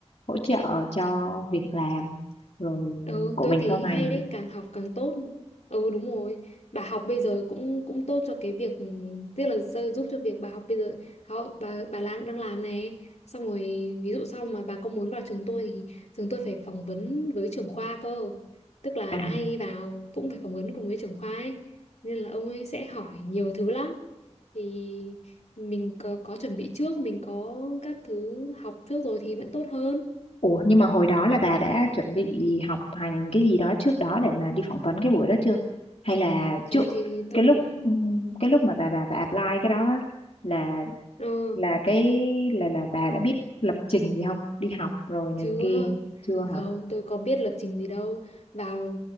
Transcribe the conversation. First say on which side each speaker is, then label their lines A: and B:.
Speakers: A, on the left; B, on the left.
A: hỗ trợ cho việc làm rồi
B: Ừ,
A: của
B: tôi
A: mình
B: thấy
A: sau này
B: hay đấy, càng học càng tốt. Ừ đúng rồi. Bà học bây giờ cũng cũng tốt cho cái việc ừ, tức là sơ- giúp cho việc bà học bây giờ họ bà bà đang đang làm này. Xong rồi ví dụ sau mà bà có muốn vào trường tôi thì trường tôi phải phỏng vấn với trưởng khoa cơ. Tức là
A: à
B: ai vào cũng phải phỏng vấn cùng với trưởng khoa ấy. Nên là ông ấy sẽ hỏi nhiều thứ lắm. Thì mình có, có chuẩn bị trước, mình có các thứ học trước rồi thì vẫn tốt hơn.
A: Ủa nhưng mà hồi đó là bà đã chuẩn bị học hành cái gì đó trước đó để mà đi phỏng vấn cái buổi đó chưa? Hay là
B: Trời
A: trước
B: ơi, thì tôi
A: cái lúc
B: cũng
A: ừm, cái lúc mà bà bà bà apply cái đó á, là
B: Ừ.
A: là cái là là bà đã biết lập trình gì không? Đi học rồi này
B: Chưa,
A: kia chưa
B: không,
A: hả?
B: tôi có biết lập trình gì đâu. Vào,